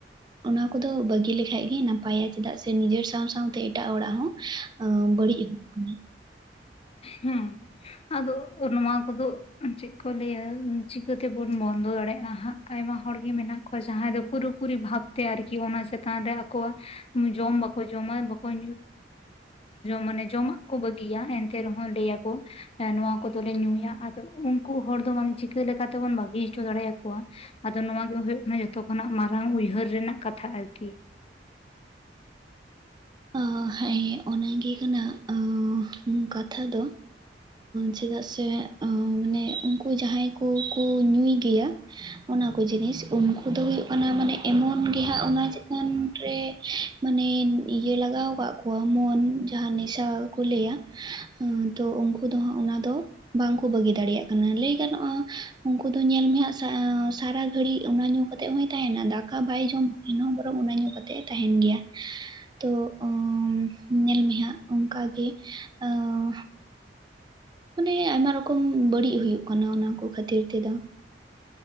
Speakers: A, on the right; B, on the left.
A: ᱚᱱᱟ ᱠᱚᱫᱚ ᱵᱟᱹᱜᱤ ᱞᱮᱠ ᱠᱷᱟᱡ ᱜᱮ ᱱᱟᱯᱟᱭᱟ ᱪᱮᱫᱟᱜ ᱥᱮ ᱱᱤᱡᱮᱨ ᱥᱟᱶ ᱥᱟᱶᱶᱛᱮ ᱮᱴᱟᱜ ᱦᱚᱲᱟᱜ ᱦᱚᱸ ᱮᱸ ᱵᱟᱹᱲᱤᱡ ᱦᱚᱭᱩᱜ ᱠᱟᱱᱟ᱾
B: ᱦᱩᱸ ᱟᱫᱚ ᱱᱚᱣᱟ ᱠᱚᱫᱚ ᱪᱮᱜ ᱠᱚ ᱞᱟᱹᱭᱟ ᱪᱤᱠᱟᱹᱛᱮᱵᱚᱱ ᱵᱚᱱᱫᱚ ᱫᱟᱲᱮᱜᱼᱟ ᱦᱟᱸᱜ ᱟᱭᱢᱟ ᱦᱚᱲᱜᱮ ᱢᱮᱱᱟᱜ ᱠᱚᱣᱟ ᱡᱟᱦᱟᱸᱭ ᱫᱚ ᱯᱩᱨᱩ ᱯᱩᱨᱤ ᱵᱷᱟᱵ ᱛᱮ ᱟᱨᱠᱤ ᱚᱱᱟ ᱪᱮᱛᱟᱱ ᱨᱮ ᱟᱠᱚᱣᱟᱜ ᱡᱚᱢ ᱵᱟᱠᱚ ᱡᱚᱢᱟ ᱵᱟᱠᱚᱟ ᱢᱟᱱᱮ ᱡᱚᱢᱟᱜ ᱠᱚ ᱵᱟᱹᱜᱤᱭᱟ ᱮᱱᱛᱮ ᱛᱮ ᱨᱮᱦᱚᱸ ᱞᱟᱹᱭᱟᱠᱚ ᱮᱸ ᱱᱚᱣᱟ ᱠᱚᱫᱚᱞᱮ ᱧᱩᱭᱟ᱾ ᱛᱚ ᱩᱜᱠᱩ ᱦᱚᱲ ᱫᱚ ᱢᱟᱱᱮ ᱪᱤᱠᱟᱹ ᱞᱮᱠᱟᱛᱮᱵᱚᱱ ᱵᱟᱹᱜᱤ ᱦᱚᱪᱚ ᱫᱟᱲᱮᱭᱟᱠᱚᱣᱟ? ᱟᱫᱚ ᱱᱚᱣᱟ ᱜᱮ ᱦᱳᱭᱳᱜ ᱠᱟᱱᱟ ᱡᱚᱛᱚ ᱠᱷᱚᱱᱟᱜ ᱢᱟᱨᱟᱝ ᱩᱭᱦᱟᱹᱨ ᱨᱮᱱᱟᱜ ᱠᱟᱛᱷᱟ ᱟᱨᱠᱤ᱾
A: ᱚ ᱦᱮᱸ ᱚᱱᱟᱜᱮ ᱠᱟᱱᱟ ᱚᱸ ᱠᱟᱛᱷᱟ ᱫᱚ᱾ ᱪᱮᱫᱟᱜ ᱥᱮ ᱚᱸ ᱢᱟᱱᱮ ᱩᱝᱠᱩ ᱡᱟᱦᱟᱸᱭ ᱠᱚᱠᱚ ᱧᱩᱭ ᱜᱮᱭᱟ᱾ ᱚᱱᱟ ᱠᱚ ᱡᱤᱱᱤᱥ ᱩᱱᱠᱩ ᱫᱚ ᱦᱩᱭᱩᱜ ᱠᱟᱱᱟ ᱢᱟᱱᱮ ᱮᱢᱚᱱ ᱜᱮᱦᱟᱸᱜ ᱚᱱᱟ ᱪᱮᱛᱟᱱ ᱨᱮ ᱢᱟᱱᱮ ᱤᱭᱟᱹ ᱞᱟᱜᱟᱣ ᱠᱟᱜ ᱠᱚᱣᱟ ᱮᱢᱚᱱ ᱡᱟᱦᱟᱸ ᱱᱮᱥᱟ ᱠᱚ ᱞᱟᱹᱭᱟ᱾ ᱛᱚ ᱩᱱᱠᱩ ᱫᱚ ᱦᱟᱸᱜ ᱚᱱᱟ ᱫᱚ ᱵᱟᱝᱠᱩ ᱵᱟᱹᱜᱤ ᱫᱟᱲᱮᱭᱟᱜ ᱠᱟᱱᱟ ᱞᱟᱹᱭ ᱜᱟᱱᱚᱜᱼᱟ ᱩᱱᱠᱩ ᱫᱚ ᱧᱮᱞ ᱢᱮ ᱦᱟᱸᱜ ᱥᱟ ᱥᱟᱨᱟ ᱜᱷᱟᱹᱲᱤᱜ ᱚᱱᱟ ᱧᱩ ᱠᱟᱛᱮᱜ ᱦᱚᱸᱭ ᱛᱟᱦᱮᱱᱟ ᱫᱟᱠᱟ ᱵᱟᱭ ᱡᱚᱢ ᱮᱱᱦᱚᱸ ᱵᱚᱨᱚᱝ ᱚᱱᱟ ᱧᱩ ᱠᱟᱛᱮᱜ ᱛᱟᱦᱮᱱ ᱜᱮᱭᱟ᱾ ᱛᱚ ᱚᱸ ᱧᱮᱞ ᱢᱮ ᱦᱟᱸᱜ ᱚᱱᱠᱟᱜᱮ ᱚᱸ ᱢᱟᱱᱮ ᱟᱭᱢᱟ ᱨᱚᱠᱚᱢ ᱵᱟᱹᱲᱤᱜ ᱦᱩᱭᱩᱜ ᱠᱟᱱᱟ ᱚᱱᱟ ᱠᱚ ᱠᱷᱟᱹᱛᱤᱨ ᱛᱮᱫᱚ᱾